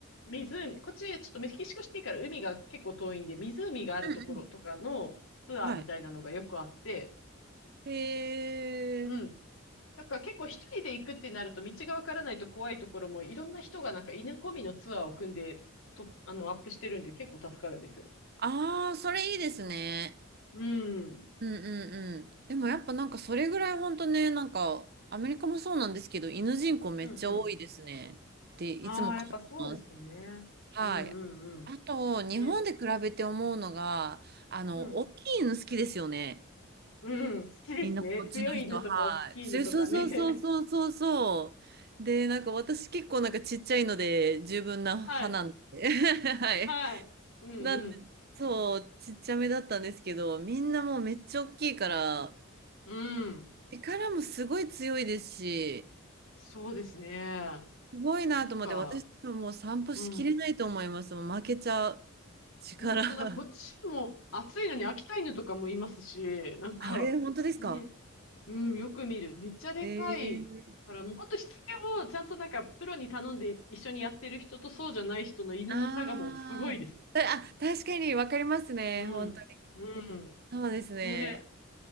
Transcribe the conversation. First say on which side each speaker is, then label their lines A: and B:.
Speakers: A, on the left; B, on the right.
A: 湖、こっちちょっとメキシコシティから海が結構遠いんで、湖があるところとかのツアーみたいなのがよくあって、
B: うんうん。はい。へえ。
A: うん。なんか結構一人で行くってなると道がわからないと怖いところもいろんな人がなんか犬込みのツアーを組んでと、あの、アップしてるんで結構助かるんですよ。
B: ああ、それいいですね。
A: うん。
B: うんうんうん。でもやっぱなんかそれぐらい本当ね、なんかアメリカもそうなんですけど、犬人口めっちゃ多いですね。
A: うんうん。
B: っていつも感じます。
A: ああ、やっぱそうですよね。
B: はい。
A: うんうんうん。
B: あと、日本で比べて思うのが、
A: ね。
B: あの、
A: うん。
B: 大きい犬好きですよね。
A: うん、好きですね。
B: みんなこっちの人、
A: 強い犬とか大きい犬とかね。
B: はい。そうそうそうそうそうそうそう。で、なんか私結構なんかちっちゃいので十分な派なんで。
A: <laughs> はい。
B: <laughs> はい。
A: はい。うんうん。
B: なんで、そう、ちっちゃめだったんですけど、みんなもうめっちゃ大きいから、
A: うん。
B: 力もすごい強いですし、
A: そうですね。
B: すごいなと思って、
A: なんか、
B: 私多分もう散歩しきれないと思います。
A: うん。
B: もう負けちゃう。力。
A: 本当だ、
B: <laughs>
A: こっちも暑いのに秋田犬とかもいますし、なんか、
B: あれ、え本当ですか
A: ね、うん、よく見る。めっちゃでかい。
B: えー、
A: から、もう本当しつけをちゃんとなんかプロに頼んで一緒にやってる人とそうじゃない人の犬の差がもうすごいです。
B: あーたあ、確かに分かりますね。
A: うん。
B: 本当に。
A: うん。
B: そうですね。
A: ね。